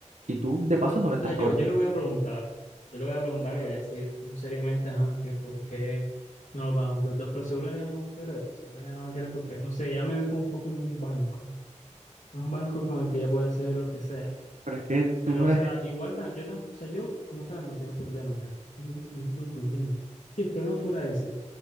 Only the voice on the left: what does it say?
sea, yo,
yo le voy a preguntar, yo le voy a preguntar y le voy a decir seriamente, ajá, que por qué no lo pagamos los dos, pero seguro ella no va a querer, seguro ella no va a querer porque, no sé, ella me ve como un poco como un banco, un banco con el que ella puede hacer lo que sea.
Pero,
o sea,
igual ta- yo, tam- o sea, yo como tal no tengo problemas, Gata, yo, yo no tengo problemas. si el problema fuera ese.